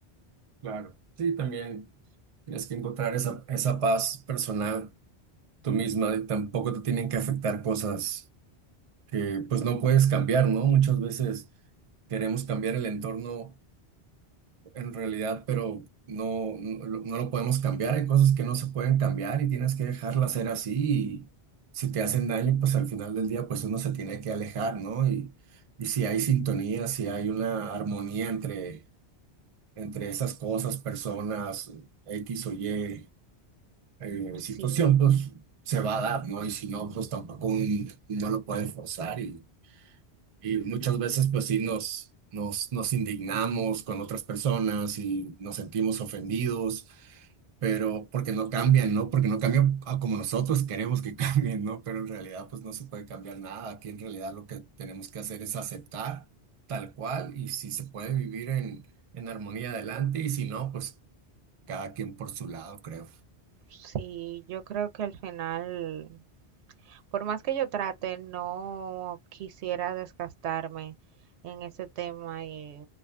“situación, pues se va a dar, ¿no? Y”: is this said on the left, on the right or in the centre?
Right